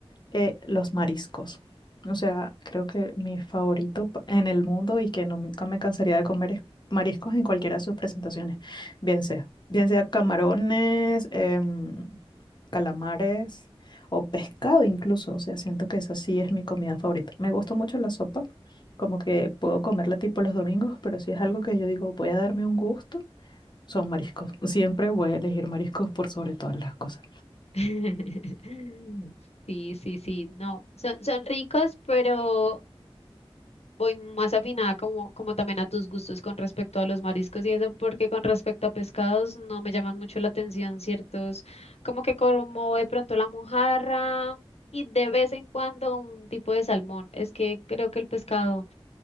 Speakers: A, on the left; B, on the left.
A: eh, los mariscos. O sea, creo que mi favorito pa- en el mundo y que no- nunca me cansaría de comer es mariscos en cualquiera de sus presentaciones, bien sea, bien sea camarones, em, calamares o pescado incluso. O sea, siento que esa sí es mi comida favorita. Me gusta mucho la sopa, como que puedo comerla tipo los domingos, pero si es algo que yo digo voy a darme un gusto, son mariscos. Siempre voy a elegir mariscos por sobre todas las cosas.
B: <laughs> Sí, sí, sí, no, son, son ricos, pero voy más afinada como, como también a tus gustos con respecto a los mariscos y eso, porque con respecto a pescados no me llaman mucho la atención ciertos, como que como de pronto la mojarra y de vez en cuando un tipo de salmón. Es que creo que el pescado,